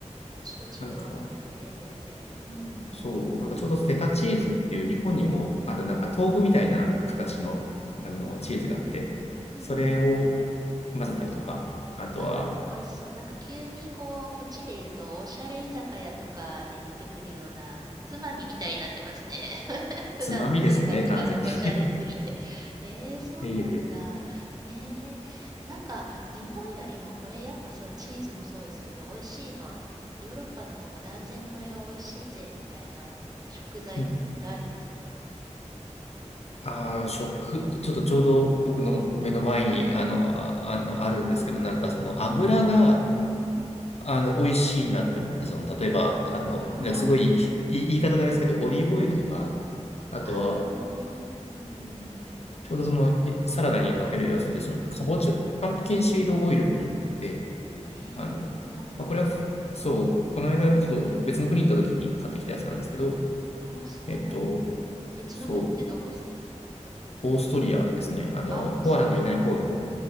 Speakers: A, on the right; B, on the left.
A: こっちと違いますよね、
B: う、なんか
A: 全然。うん。
B: そう、なんかちょうどフェタチーズっていう日本にもあるなんか豆腐みたいな形の、
A: うん。うん。
B: あの、
A: うん。うん。
B: チーズがあって、
A: うんうん。
B: それを混ぜたりとか、あとは
A: ああ、美味しそう。なんか急にこう、こっちで言うと、おしゃれ居酒屋とかで出てくるような、おつまみみたいになってますね。普段の生活がおしゃれすぎて。
B: つまみですね、完全に。<laughs>
A: えー、そうなんだ。
B: ええ。
A: えー、なんか日本よりもこれやっぱそう、チーズもそうですけど、美味しいのはヨーロッパの方が断然これは美味しいぜみたいな食材とかってあるんですか
B: うん。ああ、食ちょっとちょうど僕の目の前に、あの、
A: うん。
B: あああるんですけど、なんかその油が、
A: うん。
B: あの、美味しいなって思って、その例えば、あの、
A: 油
B: なんかすごい、い言い方があれですけど、
A: うん
B: オリーブオイルとか、
A: うん。
B: あとは
A: ああね。うんうんうん。
B: ちょうどそのサラダにかけるやつで、そのかぼちゃ、
A: うん。
B: パンプキンシードオイルっていうのがあって、
A: えー、
B: あの、
A: なるほど。
B: まあ、これはふ、そう、この間ちょっと別の国行った時に買ってきたやつなんですけど、
A: うん。ああ、そうなんだ。
B: えっと、
A: 別の国ってどこですか
B: そう、オーストリアですね。あの、
A: あ、オーストリア。
B: コアラのいない方の、